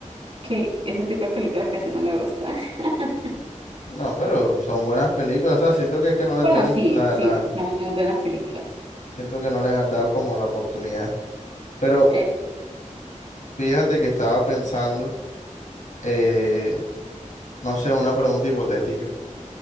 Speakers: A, on the right (about 45°); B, on the left (about 75°).
A: que ese tipo de películas casi no me gustan. <laughs>
B: No, pero son buenas películas, o sea, siento que es que no les
A: Bueno,
B: da la,
A: sí,
B: im- la, la
A: sí, sí, son muy buenas películas.
B: Siento que no les has dado como la oportunidad. Pero
A: Eh,
B: fíjate que estaba pensando, eh, no sé, una pregunta hipotética.